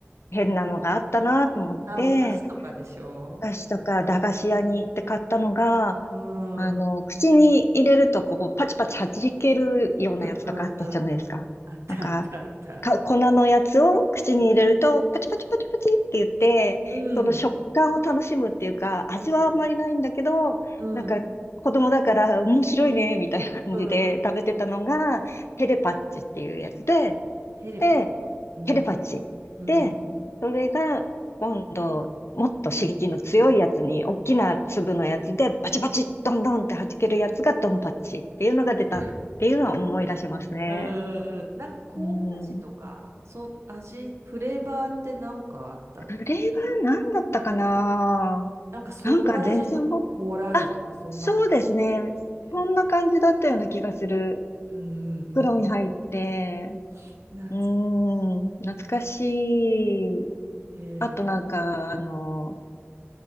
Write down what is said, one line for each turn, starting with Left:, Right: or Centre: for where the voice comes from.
Left: 変なのがあったなと思って、
Right: あ、お菓子とかでしょ
Left: お菓子とか駄菓子屋に行って買ったのが、
Right: うん。
Left: あの、
Right: うん
Left: 口に入れるとこうパチパチ弾けるようなやつとかあったじゃないですか。
Right: うんうん。あったあったあった。
Left: なんか、か、粉のやつを口に入れるとパチパチパチパチって言って、
Right: うん。うん。
Left: その食感を楽しむっていうか、味はあんまりないんだけど、
Right: うんうん。
Left: なんか子供だから面白いね、みたいな感じで食べてたのが、
Right: うんうん。
Left: テレパッチっていうやつで、
Right: テレパチ。
Left: で、
Right: うん。
Left: テレパチー。
Right: うん。
Left: で、それが今度、もっと刺激の強いやつに、大きな粒のやつで、バチバチ、ドンドンって弾けるやつがドンパチっていうのが出たっていうのは思い出しますね。
Right: うんうんうん。なんか、コーラ味とか、
Left: うん。
Right: そ、味、フレーバーってなんかあったっけ
Left: それは何だったかな
Right: なんかソーダ味とかコーラ味とかそんな感じだっ
Left: なんか全然もう、そうですね。
Right: け
Left: そんな感じだったような気がする。
Right: うんうんうん。
Left: 袋に入って、
Right: <laughs> 懐か
Left: うーん、
Right: し
Left: 懐かしい。
Right: い。へえ、
Left: あとなんか、あの、